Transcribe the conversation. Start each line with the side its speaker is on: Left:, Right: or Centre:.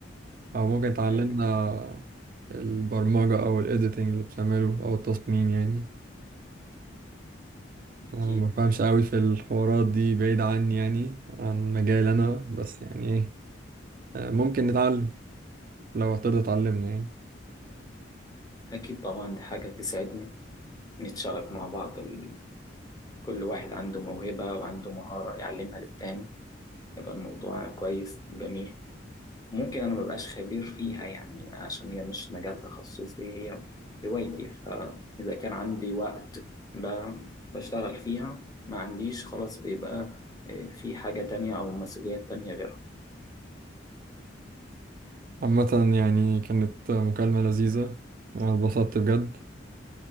Right: او ممكن تعلمنا
Left: هيبقى
Right: البرمجة او الايديتنج اللي بتعمله او التصميم يعني
Left: أكيد
Right: انا ما بفهمش قوي في الحوارات دي بعيد عني يعني عن مجال انا بس يعني ايه آه، ممكن نتعلم لو هترضى تعلمنا يعني
Left: أكيد طبعا دي حاجة تسعدني نتشارك مع بعض ال- كل واحد عنده موهبة وعنده مهارة يعلمها للتاني يبقى الموضوع كويس وجميل ممكن انا مبقاش خبير فيها يعني عشان هي مش مجال تخصصي هي هوايتي فاذا كان عندي وقت ب- بشتغل فيها ما عنديش خلاص بيبقى إيه، في حاجة تانية أو مسؤوليات تانية غيرها
Right: عامة يعني كانت مكالمة لذيذة وانا اتبسطت بجد